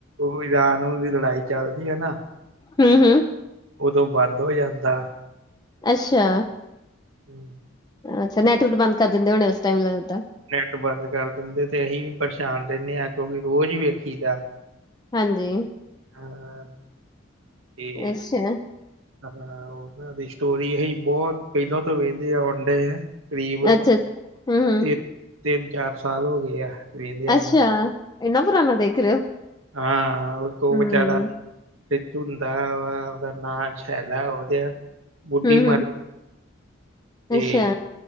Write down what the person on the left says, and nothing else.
ਹੂੰ-ਹੂੰ
ਅੱਛਾ
ਅੱਛਾ ਨੈਟਵਰ ਬੰਦ ਕਰ ਦਿੰਦੇ ਹੋ ਉਸ ਟਾਈਮ ਲਗਦਾ।
ਹਾਂਜੀ
ਅੱਛਾ
ਅੱਛਾ। ਹੂੰ-ਹੂੰ,
ਅੱਛਾ
ਇੰਨਾ ਪੁਰਾਣਾ ਦੇਖ ਰਹੇ ਹੋ।
ਹੂੰ,
ਹੂੰ-ਹੂੰ,
ਅੱਛਾ,